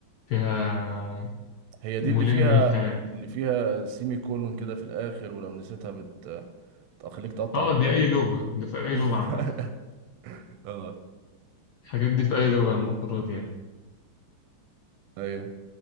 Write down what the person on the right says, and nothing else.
هي دي
اللي فيها
اللي فيها سيمي كولون كده في الاخر ولو نسيتها بت تخليك تقطع
هدومك
<laughs>
اه
ايوه